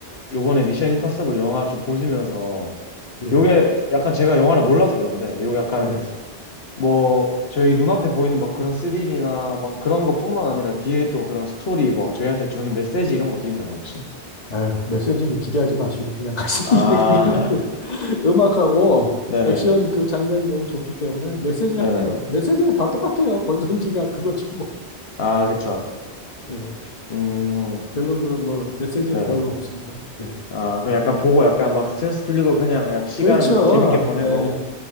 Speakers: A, on the left; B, on the left.
A: 요번에 미션 임파서블 영화 좀 보시면서,
B: 예,
A: 요게 약간 제가 영화를 몰라서 그런데, 요게 약간
B: 예.
A: 뭐, 저희 눈앞에 보이는 막 그런 스릴이나 막 그런 것뿐만 아니라 뒤에 또 그런 스토리, 뭐, 저희한테 주는 메시지 이런 것도 있나요, 혹시?
B: 아유, 메시지는 기대하지 마시고 그냥 가시는
A: 아,
B: 게 <laughs> 그냥
A: <laughs>
B: 음악하고
A: 네네,
B: 액션 그 장면이 너무 좋기 때문에 메시지
A: 네네.
B: 같은 건 메시지는 다 똑같아요. 권선징악 그거지 뭐.
A: 아, 그쵸.
B: 예.
A: 음,
B: 별로 그 뭐 메시지는
A: 네네.
B: 별로 없습니다. 예.
A: 아, 그 약간 보고 약간 막 스트레스 풀리고 그냥 약 시간
B: 그렇죠.
A: 재밌게 보내고
B: 예.